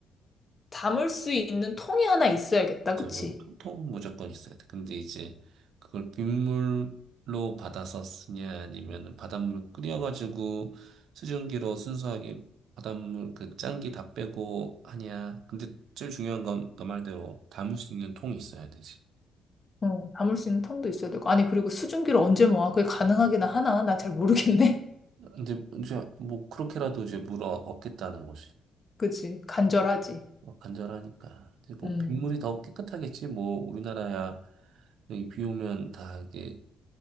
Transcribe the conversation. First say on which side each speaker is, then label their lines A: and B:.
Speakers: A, on the left; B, on the right.
A: 담을 수 있는 통이 하나 있어야겠다.
B: 맞아,
A: 그치?
B: 뭐, 통은 무조건 있어야 돼. 근데 이제 그걸 빗물로 받아서 쓰냐, 아니면 바닷물 끓여가지고 수증기로 순수하게 바닷물 그 짠기 다 빼고 하냐. 근데 제일 중요한 건 너 말대로 담을 수 있는 통이 있어야 되지.
A: 어, 담을 수 있는 통도 있어야 되고. 아니, 그리고 수증기를 언제 모아? 그게 가능하긴 하나? 나 잘 모르겠네.
B: 근데 이제 뭐 그렇게라도 이제 물어 얻겠다는 것이
A: <laughs> 그치? 간절하지.
B: 뭐 간절하니까. 근데 뭐
A: 음.
B: 빗물이 더 깨끗하겠지. 뭐 우리나라야 여기 비 오면 다 이게